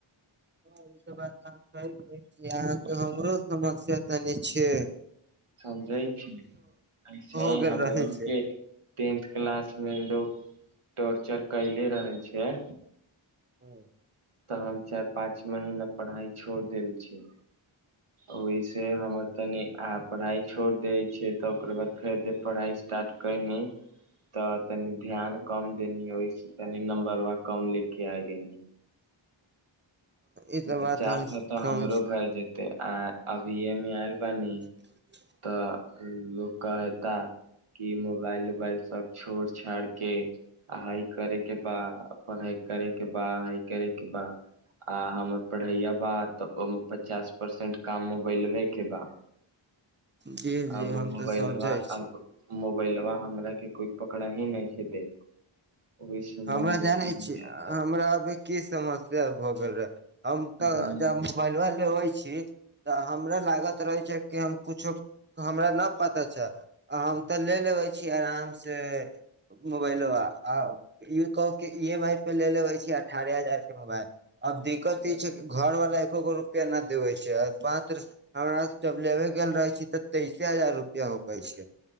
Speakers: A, on the right; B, on the right.
A: ह ई सब बात अह कहिै छी अहाँके हमरो समस्या तनी छिऐ
B: समझै छी ऐसेही
A: हो गेल
B: हमरो
A: रहै छै
B: केँ टेन्थ क्लास मे लोग टोर्चर कयले रहै छै
A: हुँ
B: तऽ हम चाइर पाँच महीना पढ़ाई छोड़ देल छियै ओहिसे हमर तनी आ पढ़ाई छोड़ दै छियै तऽ ओकर बाद फेर जे पढ़ाई स्टाट कैनी तऽ तनि ध्यान कम देनी ओहिसे तनि नम्बरवा कम ले केँ आय गेनी
A: ई
B: नय तऽ
A: बात
B: चार
A: हम
B: सौ तऽ
A: समझ
B: हमरो भए जेते आ आ बी ए मे एल बानी
A: <inaudible>
B: तऽ लोक कऽ हेता की मोबाइल उबाइल सब छोड़ छाड़ केँ हाइ करे केँ बा आ पढ़ाई करे केँ बा हाइ करे केँ बा आ हमर पढ़ैया बा तऽ ओहिमे पचास परसेंट काम मेबैलबे केँ बा
A: जी जी
B: अब
A: हम
B: मोबाइलबा
A: तऽ समझै छी
B: अब मोबाइलबा हमरा केँ कोइ पकड़ा ही नय छै देत ओहि से
A: हमरा
B: मन दुखी
A: जानै
B: हो
A: छी
B: जाता
A: हमरा
B: है
A: अभि की समस्या भऽ गेल रहे हम
B: ह
A: तऽ ज लगल रहै छी तऽ हमरा लागत रहै छै कि हम कुछो हमरा नऽ पता छैल आ हम तऽ ले लेबै छी आराम से मोबाइलबा आ ई कहू की इ एम आई पे ले लेबै छी अठारह हजार केँ मोबाइल अब दिक्कत
B: ह ह
A: ई
B: ह
A: छै घर बला एकोगो रुपआ नऽ देबै छै मात्र हमरा से जब लेबे गेल रहै छी तऽ तइसे हजार रुपया हो पै छै